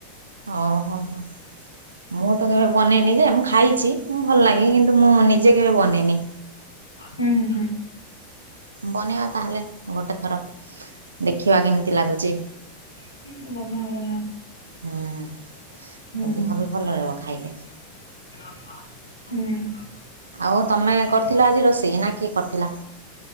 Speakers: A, on the right; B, on the left.
A: ଓ ହୋ ହ ମୁଁ ତ କେବେ ବନେଇନି ଯେ ମୁଁ ଖାଇଚି ହୁଁ ଭଲ ଲାଗେ କିନ୍ତୁ ମୁଁ ନିଜେ କେବେ ବନେଇନି।
B: ହୁଁ ହୁଁ
A: ବନେଇବା ତାହେଲେ ଗୋଟେ ଥର। ଦେଖିବା କେମିତି ଲାଗୁଚି।
B: ହଁ ବନାଅ ବନାଅ।
A: ହୁଁ
B: ହୁଁ
A: ଦେହ ବି ଭଲ ରହିବ ଖାଇଲେ।
B: ହୁଁ
A: ଆଉ ତମେ କରିଥିଲ ଆଜି ରୋଷେଇ ନା କିଏ କରିଥିଲା।